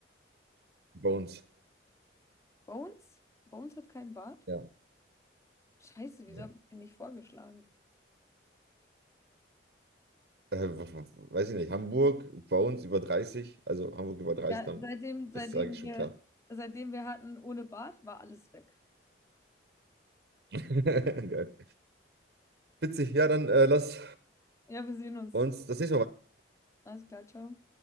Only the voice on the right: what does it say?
Bones.
Ja,
nee.
Äh, was- was- weiß ich nicht. Hamburg, Bones über 30. Also Hamburg über 30,
dann
ist eigentlich schon
klar.
<laughs> Geil. Witzig. Ja, dann äh, lass
uns das nächste Mal. weiter.